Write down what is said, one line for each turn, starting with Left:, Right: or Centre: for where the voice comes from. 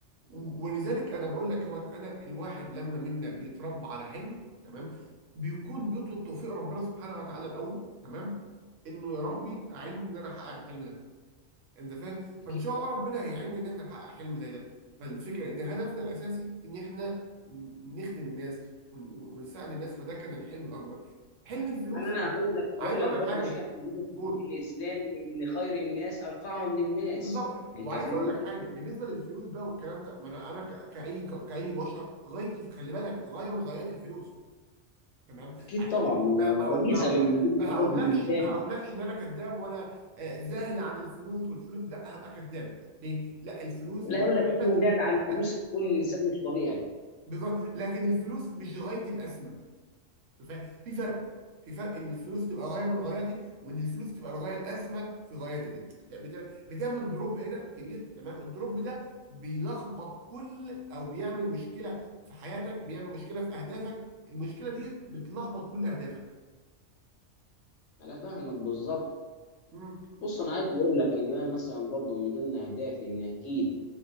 Right: ولذلك انا بقول لك هو انا الواحد لما منا بيتربى على حلم تمام بيكون بيطلب توفيق ربنا سبحانه وتعالى الاول تمام انه يا ربي
Left: اكيد
Right: اعينني ان انا احقق الحلم ده انت فاهم
Left: اكيد
Right: فان شاء الله ربنا هيعيننا ان احنا نحقق حلم زي ده فالفكره ان هدفنا الاساسي ان احنا ن- نخدم الناس ون- ون- ونساعد الناس فده كان الحلم الاكبر حلم الفلوس
Left: يعني انا هقول لك
Right: عايز
Left: هقول
Right: اقول
Left: لك
Right: لك
Left: برضه
Right: حاجه
Left: شيء عندنا في الدين
Right: قول
Left: الاسلامي ان خير الناس انفعهم للناس
Right: بالظبط
Left: انت
Right: وعايز
Left: فاهم
Right: اقول لك حاجه بالنسبه للفلوس بقى والكلام ده ما انا انا ك- كاي ك- كاي بشر غايه الف- خلي بالك غايه من غايات الفلوس تمام
Left: اكيد
Right: عشان
Left: طبعا آه،
Right: ما ما اقول
Left: غريزه
Right: ما اقول
Left: من وجود
Right: ما
Left: غريزه
Right: هقولكش
Left: الانسان
Right: ما هقولكش ان انا كذاب وانا آه، زاهد عن الفلوس والفلوس لا هبقى كذاب ليه؟ لا الفلوس
Left: لا
Right: غايه
Left: يقول لك انا زاد عن
Right: لا،
Left: فلوس يكون الانسان مش طبيعي
Right: بالظبط لكن الفلوس مش غايه الاسمى ف- في فرق في فرق ان الفلوس تبقى غايه من غاياتي وان الفلوس تبقى الغايه الاسمى في غاياتي انت بت- بتعمل دروب هنا كبير تمام الدروب ده بيلخبط كل او بيعمل مشكله في حياتك بيعمل مشكله في اهدافك المشكله دي بتلخبط كل اهدافك
Left: انا فاهمك بالظبط
Right: مم.
Left: بص انا عايز اقول لك ان انا مثلا برضو من ضمن اهدافي ان اكيد